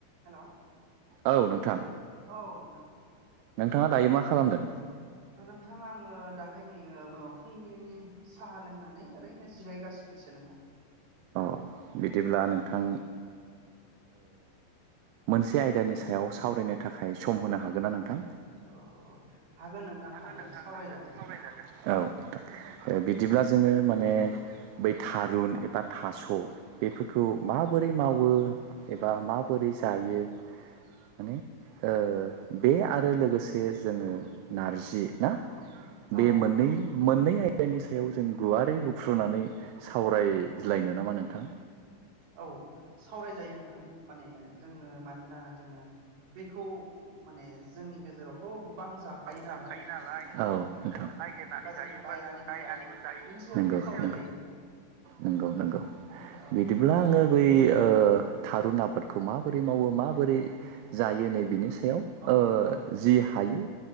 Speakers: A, on the right (about 60°); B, on the right (about 85°).
A: हेल'
B: औ नोंथां।
A: औ नोंथां
B: नोंथाङा दायो मा खालामदों?
A: नोंथा आङो दाहाय नैयो फुंबिलिनि साहा लोंनानै ओरैनो जिरायगासिनो एसे नोंथां।
B: अ बिदिब्ला नोंथां मोनसे आयदानि सायाव सावरायनो थाखाय सम होनो हागोन ना नोंथां।
A: औ हागोन नोंथां
B: हागोन नोंथां
A: सावरायजागोन
B: हागोन सावरायजागोन औ। बिदिब्ला जोङो माने बै थारुन एबा थास' बेफोरखौ माबोरै मावो एबा माबोरै जायो माने ओ बे आरो लोगोसे जोङो नारजि ना बे
A: औ
B: मोननै
A: नंगौ
B: मोननै आयदानि सायाव जों गुवारै फुफ्रुनानै सावराय्लायनो नामा नोंथां।
A: औ सावरायजायो नोंथां माने जोंनो मानोना जोङो बेखौ माने जोंनि गेजेरावथ' गोबां जाखायोना
B: जायो नालाय औ नोंथिरनानै जायो
A: जोङो
B: बा जो गायनानैबो
A: जायो
B: जायो।
A: बेनि सायाव जों सावरायजायो नोंथां
B: नंगौ नंगौ
A: औ
B: बिदिब्ला आङो। बै ओ थारुन आबादखौ माबोरै मावो माबोरै जायो नै बिनि स हायाव
A: औ
B: ओ जि हायो